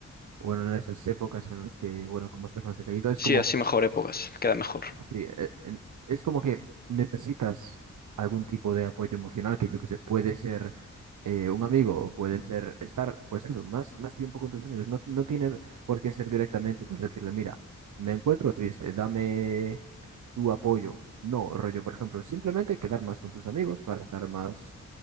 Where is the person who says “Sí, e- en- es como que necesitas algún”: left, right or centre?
Right